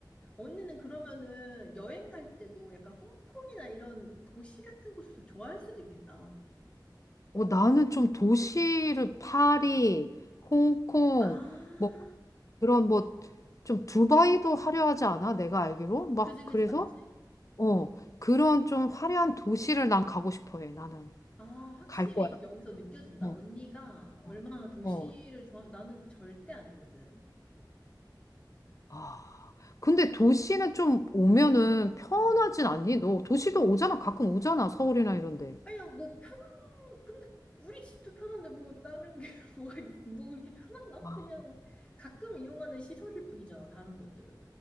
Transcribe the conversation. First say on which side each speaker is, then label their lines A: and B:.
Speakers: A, on the left; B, on the left.
A: 언니는 그러면은 여행 갈 때도 약간 홍콩이나 이런 도시 같은 곳을 더 좋아할 수도 있겠다.
B: 어 나는 좀 도시를 파리, 홍콩
A: 아,
B: 뭐 그런 뭐 좀 두바이도 하려 하지 않아? 내가 알기로?
A: 어,
B: 막
A: 그지,
B: 그래서
A: 그지, 맞지.
B: 어, 그런 좀 화려한 도시를 난 가고 싶어 해, 나는.
A: 아, 확실히
B: 갈 거야.
A: 여기서 느껴진다.
B: 어,
A: 언니가 얼마나
B: 어.
A: 도시를
B: 어.
A: 좋아, 나는 절대 아니거든.
B: 아, 근데 도시는 좀 오면은 편하진
A: 음.
B: 않니? 너 도시도 오잖아. 가끔 오잖아. 서울이나 이런데.
A: 아니야, 뭐 편한, 근데 우리 집도 편한데 뭐 다른 게 <laughs> 뭐가, 있, 뭐 이렇게 편한가?
B: 아,
A: 그냥 가끔 이용하는 시설일 뿐이잖아, 다른 것들은.